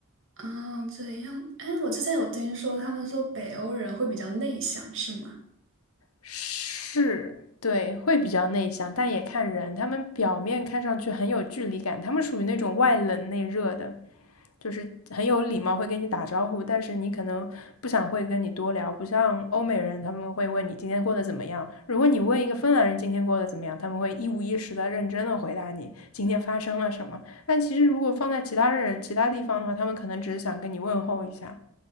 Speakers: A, on the right; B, on the left.
A: 啊，这样，哎，我之前有听说，他们说北欧人会比较内向，是吗？
B: 是，对，会比较内向，但也看人。他们表面看上去很有距离感，他们属于那种外冷内热的，就是很有礼貌，会跟你打招呼，但是你可能不想会跟你多聊。不像欧美人，他们会问你今天过得怎么样。如果你问一个芬兰人今天过得怎么样，他们会一五一十的认真的回答你今天发生了什么。但其实如果放在其他人其他地方的话，他们可能只是想跟你问候一下。